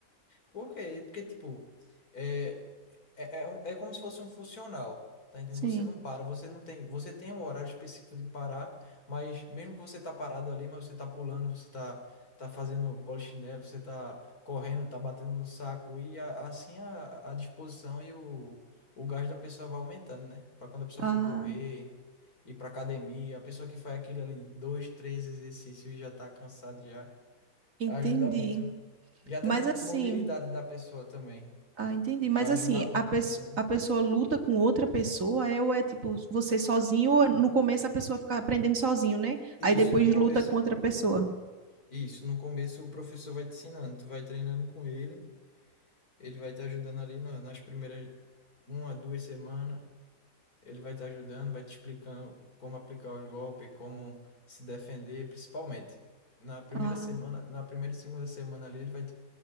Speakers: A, on the left; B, on the right.
A: Porque, porque tipo. é, É, é, um- é como se fosse um funcional, tá entendendo?
B: Sim.
A: Você não para, você não tem, você tem um horário específico de parar, mas mesmo que você tá parado ali, mas você tá pulando, você tá, tá fazendo polichinelo, você tá correndo, tá batendo no saco, e a- assim a, a disposição e o, o gás da pessoa vai aumentando, né? Para quando a pessoa
B: Ah,
A: for correr, ir pra academia, a pessoa que faz aquilo ali, dois, três exercícios e já tá cansado, já
B: entendi.
A: ajuda muito. E até
B: Mas
A: na mobilidade
B: assim,
A: da pessoa também,
B: Ah, entendi.
A: vai
B: Mas assim,
A: ajudar muito,
B: a, pesso-
A: tá entendendo?
B: a pessoa luta com outra pessoa, é, ou é tipo você sozinho, ou no começo a pessoa fica aprendendo sozinho, né?
A: Isso,
B: Aí depois
A: no começo,
B: luta com outra pessoa.
A: isso, no começo o professor vai te ensinando, tu vai treinando com ele, ele vai te ajudando ali na- nas primeiras uma, duas semanas, ele vai te ajudando, vai te explicando como aplicar os golpes, como se defender, principalmente. Na primeira
B: Ah,
A: semana, na primeira e segunda semana ali, ele vai te,